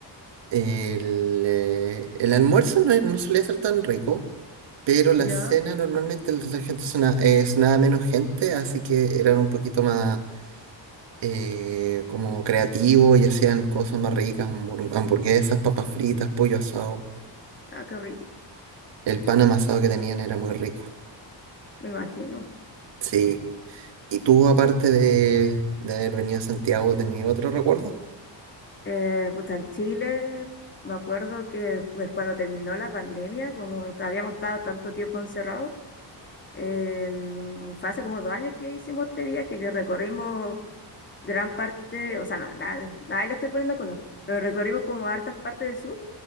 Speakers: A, on the right (about 65°); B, on the left (about 25°).
A: El, eh, el almuerzo no, era- no solía ser tan rico, pero la
B: ¿Ya?
A: cena normalmente la gente sonaba, nada menos gente, así que eran un poquito más eh, como creativos y hacían cosas más ricas, hambur- hamburguesas, papas fritas, pollo asado.
B: Ah, qué rico,
A: El pan amasado que tenían era muy rico.
B: me imagino.
A: Sí. ¿Y tú, aparte de, de haber venido a Santiago, tenías otro recuerdo?
B: Eh, pues en Chile, me acuerdo que des- cuando terminó la pandemia, como habíamos estado tanto tiempo encerrados, em, fue hace como dos años que hicimos este viaje, que recorrimos gran parte, o sea, no, nada, nada le estoy poniendo color, pero recorrimos como hartas partes del sur,